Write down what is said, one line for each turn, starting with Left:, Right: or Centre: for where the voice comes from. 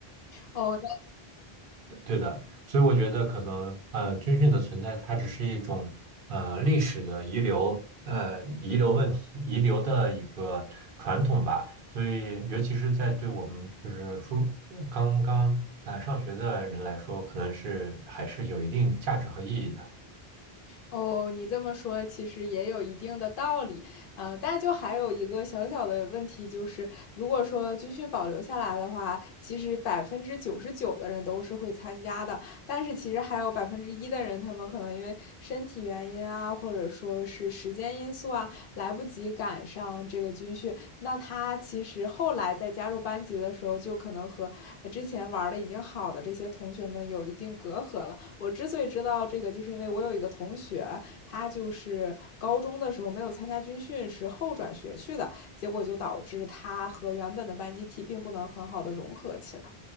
Left: 哦
Right: 对的，所以我觉得可能呃，军训的存在它只是一种呃历史的遗留，呃遗留问题，遗留的一个传统吧。所以，尤其是在对我们就是初刚刚呃上学的人来说，可能是还是有一定价值和意义的。
Left: 哦，你这么说其实也有一定的道理，嗯、呃但就还有一个小小的问题，就是如果说军训保留下来的话，其实百分之九十九的人都是会参加的，但是其实还有百分之一的人，他们可能因为身体原因啊，或者说是时间因素啊，来不及赶上这个军训。那他其实后来在加入班级的时候，就可能和之前玩的已经好的这些同学们有一定隔阂了。我之所以知道这个，就是因为我有一个同学，他就是高中的时候没有参加军训，是后转学去的，结果就导致他和原本的班集体并不能很好的融合起来。